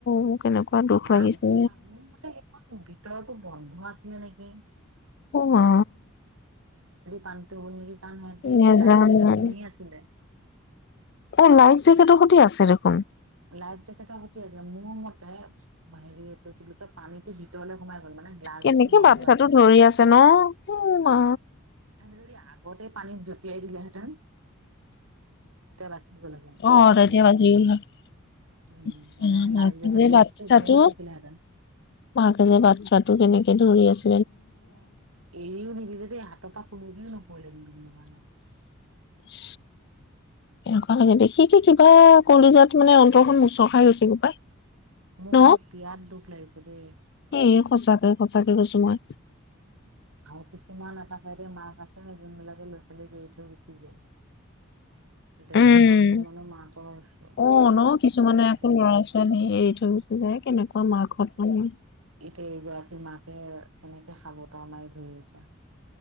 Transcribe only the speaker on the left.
মোৰ কেনেকুৱা দুখ
লাগিছে।
অ' মা!
নেজানো
এ' লাইফ জেকেটৰ সতি আছে দেখোঁন।
কেনেকে
বাচ্ছাটো
ধৰি আছে ন? উ' মা!
অ
তেতিয়া
বাচি গ'ল হয়।
ইছ্‌
ৰাম!
মাকে
যে বাচ্ছাটো!
মাকে যে বাচ্ছটো কেনেকে ধৰি আছে
ইচ এনেকুৱা লাগে, দেখি কি কিবা কলিজাত মানে অন্তৰখন মুচৰ খাই গৈছে গৈ পাই!
ন
এ সঁচাকে সঁচাকে কৈছো মই।
উম্‌-
অ'
ন' কিছুমানে
আকৌ ল'ৰা-ছোৱালী
এৰি থৈ গুচি যায়, কেনেকুৱা মাকহঁ'ত মানে!